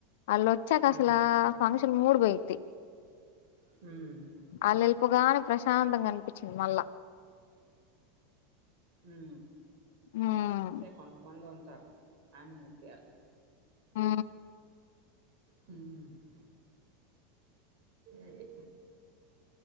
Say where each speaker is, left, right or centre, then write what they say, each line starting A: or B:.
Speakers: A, on the left (about 70°); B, on the right (about 60°).
A: ఆల్లొచ్చాక
B: ఆ
A: అస్లూ ఫంక్షన్ మూడు పోయిద్ధి
B: హామ్
A: ఆల్ ఎల్పోగానే ప్రశాంతంగ అనిపించింది మళ్ళా
B: ఊ
A: ఉమ్
B: అంతే కొంతమంది ఉంటారు ఆనిముత్యాలు
A: ఊ
B: హామ్ అది